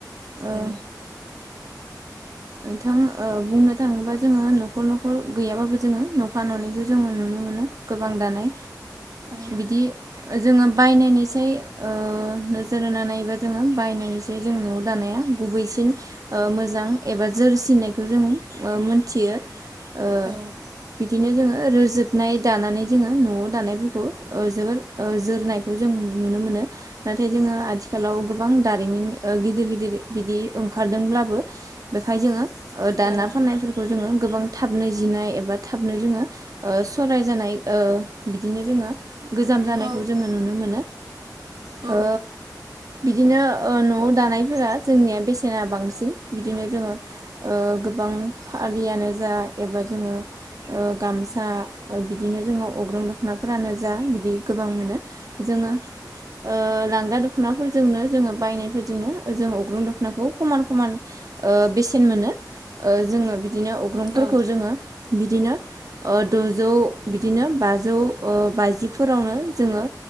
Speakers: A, on the right (about 55°); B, on the right (about 80°).
A: ओ
B: औ।
A: नोंथां ओ बुंनो थाङोबा जोङो न'खर न'खर गैयाबाबो जोङो न'फा न'नायखौ जोङो नुनो मोनो। गोबां दानाय
B: औ
A: बिदि जोङो बायनायनिसाय ओह नोजोर होना नायबा जोङो बायनायनिसाय जों न' दानाया गुबैसिन ओ मोजां एबा जोरसिननायखौ जों मोनथियो। ओ
B: औ।
A: बिदिनो जोङो रोजोबनाय दानानै जोङो न'आव दानायफोरखौ जोबोर ओ जोरनायखौ जों नुनो मोनो नाथाय जोङो आथि खालाव गोबां दारिमिन ओ गिदिर गिदिर बिदि ओंखारदोंब्लाबो बेखाय जोङो दाना
B: औ
A: फाननायफोरखौ जोङो गोबां थाबनो जिनाय एबा थाबनो जोङो ओ सराय जानाय ओ बिदिनो जोङो गोजाम जानायखौ
B: औ
A: जोङो नुनो मोनो।
B: औ
A: ओ बिदिनो न'आव दानायफोरा जोंनिया बेसेना बांसिन बिदिनो जोङो गोबां फालियानो जा एबा जोङो ओ गामसा बिदिनो जोंङो अग्रं दख'नाफोरानो जा बिदि गोबां मोनो। जोङो ओ लांगा दख'नाफोरजोंनो जोङो बायनायफोरजोंनो जों अग्रं दख'नाखौ खमन खमन ओ बेसेन मोनो जोङो बिदिनो अग्रंफोरखौ
B: औ
A: जोङो बिदिनो ओ द'जौ बिदिनो बाजौ ओ बाजिफोरावनो जोङो